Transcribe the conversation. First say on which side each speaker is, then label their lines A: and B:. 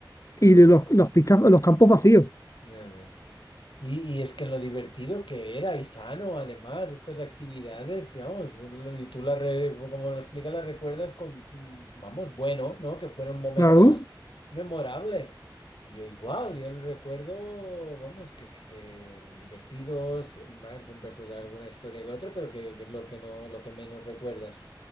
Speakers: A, on the left (about 40°); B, on the left (about 80°).
A: y
B: Mm,
A: los, los, pistas, los campos vacíos,
B: Ya ves. Y, y es que lo divertido que era y sano, además, estas actividades, vamos, lo- y tú la re- como lo explicas, las recuerdas con, mm, vamos, bueno, ¿no? Que fueron momentos
A: claro,
B: memorables. Y yo igual, yo lo recuerdo, vamos, que, que- que divertidos, va, siempre pues alguna historia que otra, pero que, que es lo que no, lo que menos recuerdas.